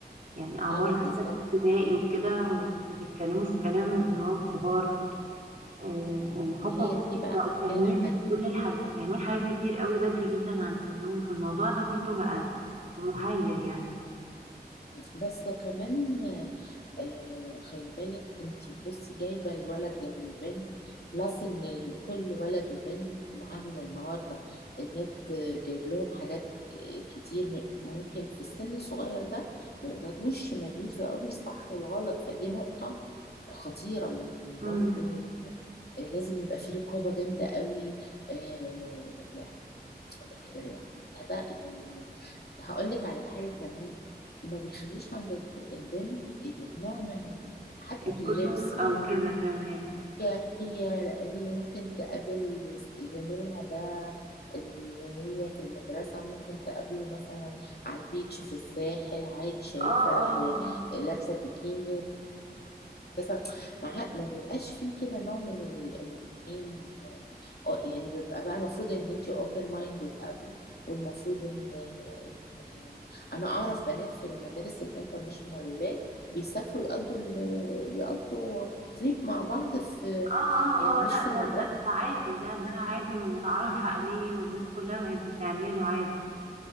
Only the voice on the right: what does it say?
يعني أعمار
لسه
في ابتدائي وكده و- وبيتكلموا في كلام اللي هو الكبار آه يعني حتى
برضه
بقوا فاهمين
كل الحاج فاهمين حاجات كتير قوي بدري جدا عن سنهم فالموضوع ده برضه بقى محير يعني
امم
الكسوف
أو كده كمان
اه اه
اه
اه اه
اه
لا
ده
ده ده عادي ده ده عادي ومتعارف عليه والناس كلها بقت بتعمله عادي